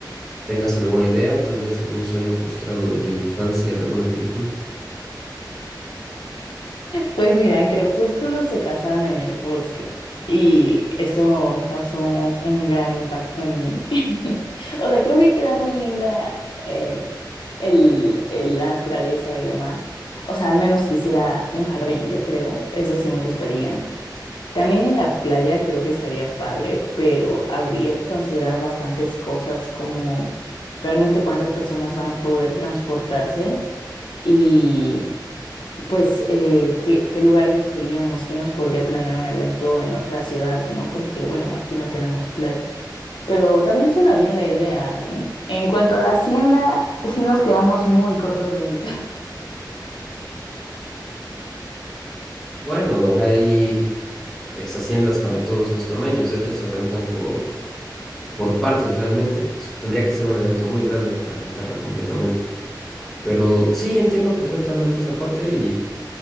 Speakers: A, in the centre; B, on the left (about 85°).
A: ¿Tengas alguna idea? Tal vez algún sueño frustrado de la infancia de alguna película.
B: Pues mira, en Crepúsculo se casaron en el bosque y eso causó un gran impacto en mí. <laughs> O sea, creo que queda muy linda eh, el- el- la naturaleza y demás. O sea, al menos quisiera un jardín, yo creo. Eso sí me gustaría. También en la playa creo que estaría padre, pero habría que considerar bastantes cosas como realmente cuántas personas van a poder transportarse y pues eh, qué, qué lugar escogeríamos, quién nos podría planear un evento en otra ciudad, ¿no? Porque bueno, aquí no tenemos playa. Pero también suena bien la idea, ¿eh? En cuanto a la hacienda, sí nos quedamos muy cortos de invitados.
A: Bueno, hay ex haciendas para todos los tamaños. De hecho, se rentan por, por partes realmente. S- Tendría que ser un evento muy grande para rentarla completamente. Pero sí, entiendo perfectamente esa parte y